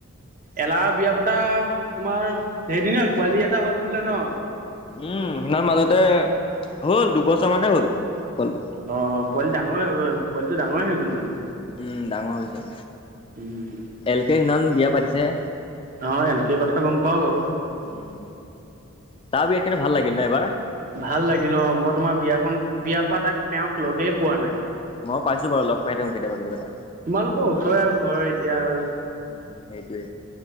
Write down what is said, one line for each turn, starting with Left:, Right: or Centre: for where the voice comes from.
Right: এলাহৰ বিয়া পতা তোমাৰ সেইদিন হ'ল পোৱালি এটা হ'ল বোলে ন।
Left: উম সেই দিনা মাজতে হ'ল দুবছৰ মানে হ'ল পোৱালটো।
Right: অঁ পোৱালি ডাঙৰ হৈ গ'ল, পোৱালিটো ডাঙৰেই হৈ গ'ল মানে।
Left: উম ডাঙৰ হৈছে।
Right: উ'ম।
Left: এল কে সেদিনাখন বিয়া পাতিছে হে।
Right: অহ এল কে কথা গম পাওঁ বাৰু।
Left: উম তাৰ বিয়াত কিন্তু ভাল লাগিল ন এইবাৰ
Right: ভাল লাগিল অঁ মই তোমাৰ বিয়াখন বিয়াৰ পা তাক তেওঁক লগেই পোৱা নাই।
Left: মই পাইছো বাৰু লগ পাই থাকো কেতিয়াবা কেতিয়াবা তাক
Right: তোমালোকৰ ওচৰে আৰু ঘৰ এতিয়া আৰু।
Left: উম উম সেইটোৱে,